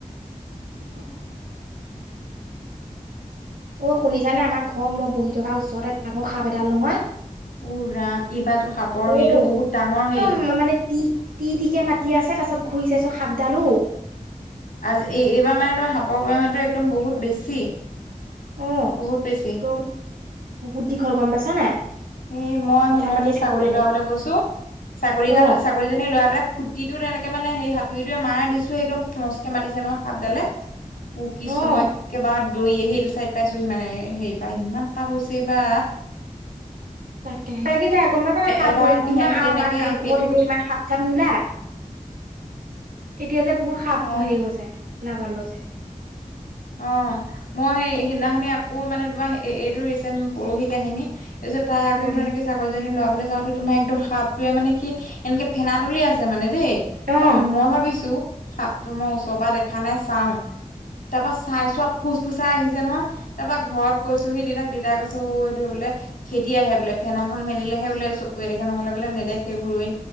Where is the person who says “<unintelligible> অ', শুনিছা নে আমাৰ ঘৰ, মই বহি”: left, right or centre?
Right